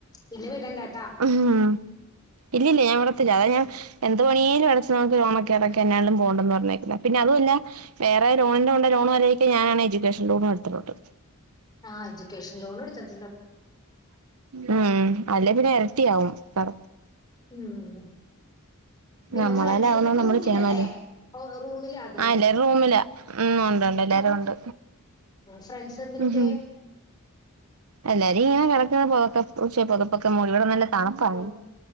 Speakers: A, on the left; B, on the right.
A: പിന്നെ വിടണ്ടാ
B: ഹ് ഉം. ഇല്ലില്ല ഞാൻ വിടത്തില്ല, അതാ ഞാൻ എന്ത് പണിയേലും അടച്ച് നമുക്ക് ലോണൊക്കെ അടക്ക, എന്നാലും പോണ്ടെന്ന് പറഞ്ഞേക്ക്ന്നെ. പിന്നെ അതുവല്ല വേറേ ലോണിന്റെ കൊണ്ട ലോണും <unintelligible> ഞാനാണേ എ്യൂക്കേഷൻ ലോണും എടുത്തിട്ടുണ്ട്.
A: ആഹ് എജ്യുക്കേഷൻ ലോണ് ട് ത്ത്
B: ഉം അല്ല പിന്നെ ഇരട്ടിയ ആവുംും സറ
A: ഉം പിന്നെ
B: നമ്മളേല്
A: ഫ്രണ്ട്സ്
B: ആവുന്നത്
A: ഒക്കെ ഇപ്പ
B: നമ്മള്
A: റൂമിലല്ലേ
B: ചെയ്യണല്ലോ
A: ഓ റൂമില് അതെ അതെ
B: എല്ലാരും റൂമിലാ
A: ആ
B: ഉം ഉണ്ട്ുണ്ട് എല്ലാരും ഉണ്ട്
A: ഫ്രണ്ട്സ് എന്തൊക്കെയെ
B: ഉം ഹും എല്ലാരും ഇങ്ങനെ കടക്കുന്ന പുൊതക്ക പക്ഷേ പതുപ്പൊക്കെ മൂള ഇവിടെ നല്ല തണുപ്പാണ്
A: കൊ